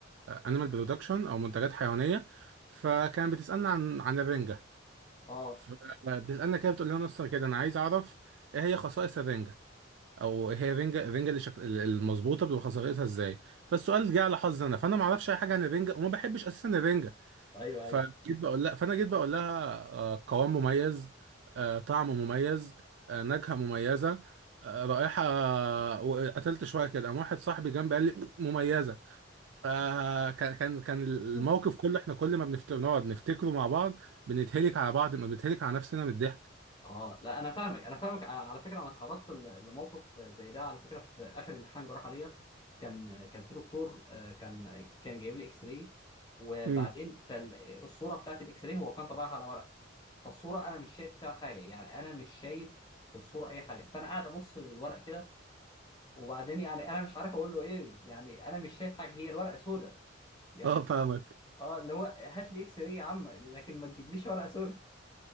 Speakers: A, on the right (about 70°); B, on the left (about 20°).
A: انيمال برودكشن او منتجات حيوانيه فكانت بتسالنا عن عن الرنجه
B: اه
A: فبتسالنا كده بتقول لنا اصلا كده انا عايز اعرف ايه هي خصائص الرنجه او هي رينجا رينجا اللي شك... المظبوطه بتبقى خسارتها ازاي فالسؤال جه على حظي انا فانا ما اعرفش اي حاجه عن الرينجا وما بحبش اساسا الرينجا
B: ايوه
A: فجيت
B: ايوه
A: بقول لها فانا جيت بقول لها آه، قوام مميز آه، طعم مميز آه، نكهه مميزه آه، رائحه آه، وقتلت شويه كده قام واحد صاحبي جنبي قال لي مميزه فكان كان كان الموقف
B: <laughs>
A: كله احنا كل ما بنفت... نقعد نفتكره مع بعض بنتهلك على بعض بنتهلك على نفسنا من الضحك
B: اه لا انا فاهمك انا فاهمك على على فكره انا اتعرضت ل- لموقف زي ده على فكره في اخر امتحان جراحه ليا كان كان في دكتور آه، كان كان جايب لي اكس راي وبعدين
A: امم
B: فالصوره بتاعت الاكس راي هو كان طبعها على ورق فالصوره انا مش شايف فيها حاجه يعني انا مش شايف في الصوره اي حاجه فانا قاعد ابص للورق كده وبعدين يعني انا مش عارف اقول له ايه يعني انا مش شايف حاجه هي الورقه سوداء يعني
A: اه فاهمك
B: اه اللي هو هات لي اكس راي يا عم لكن ما تجيبليش ورقه سوداء